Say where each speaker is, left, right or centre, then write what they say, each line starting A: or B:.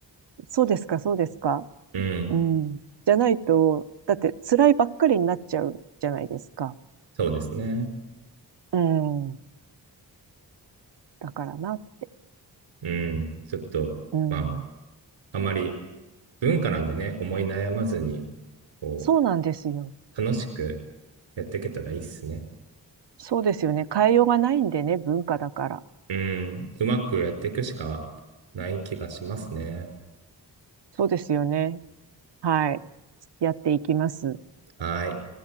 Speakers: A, on the right; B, on the right.
A: そうですか、そうですか。
B: うん。
A: うん。じゃないと、だって辛いばっかりになっちゃうじゃないですか。
B: そうですね。
A: うん。だからなって。
B: うん。ちょっと、
A: うん。
B: まあ、あまり文化なんでね、思い悩まずに、こう、
A: そうなんですよ。
B: 楽しくやっていけたらいいっすね。
A: そうですよね。変えようがないんでね、文化だから。
B: うん。うまくやっていくしかない気がしますね。
A: そうですよね。はい。やっていきます。
B: はい。